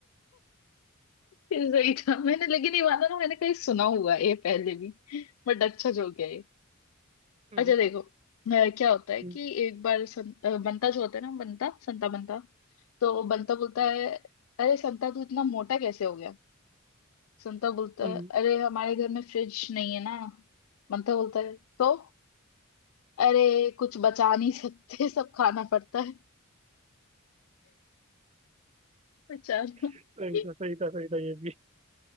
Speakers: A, on the left; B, on the right.
A: ये सही था मैंने लेकिन ये वाला ना मैंने कहीं सुना हुआ है ये पहले भी बट अच्छा जो गया ये
B: हम्म,
A: अच्छा देखो अ, क्या होता है कि
B: हम्म,
A: एक बार सं, अ, बंता जो होता है ना बंता संता बंता तो बंता बोलता है अरे संता तू इतना मोटा कैसे हो गया संता बोलता
B: हम्म,
A: है अरे हमारे घर में फ्रिज नहीं है ना बंता बोलता है तो अरे कुछ बचा नहीं सकते सब खाना पड़ता है बेचारा <laughs>
B: सही था सही था सही था ये भी